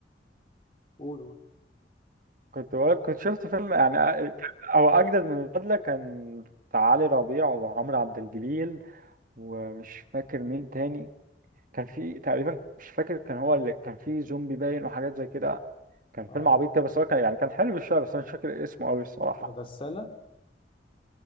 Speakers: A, on the left; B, on the right.
A: قول قول
B: كنت بقولك كنت شفت فيلم يعني أ- او اجدد من البدله كان بتاع علي ربيع وعمرو عبد الجليل ومش فاكر مين تاني كان في تقريبا مش فاكر كان هو اللي كان في زومبي باين وحاجات زي كده كان
A: اه
B: فيلم عبيط كده بس هو كان يعني كان حلو شويه بس انا مش فاكر اسمه قوي الصراحه
A: الغسالة